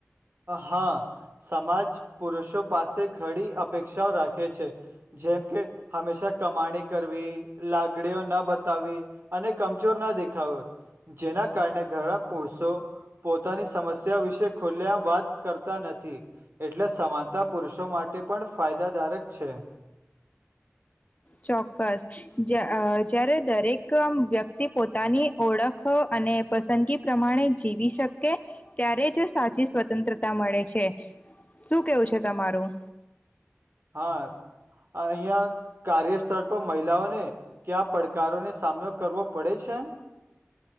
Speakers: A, on the right; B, on the left.
A: હા, સમાજ પુરુષો પાસે ઘણી અપેક્ષાઓ રાખે છે. છે જેમ કે હંમેશા કમાણી કરવી લાગડીઓ ના બતાવી અને કમજોર ના દેખાવ જેના કારણે ઘરના પુરુષો પોતાની સમસ્યા વિશે ખુલ્યા વાત કરતા નથી એટલે સમાનતા પુરુષો માટે પણ ફાયદાકારારક છે.
B: ચોક્કસ જે. જ્યારે દરેક વ્યક્તિ પોતાની ઓળખ અને પસંદગી પ્રમાણે જીવી શકે ત્યારે જ સાચી સ્વતંત્રતા મળે છે શું કેવું છે તમારું.
A: હા અહિયાં કાર્યસ્થળ પર મહિલાઓને ક્યા પડકારોનો સામનો કરવો પડે છે.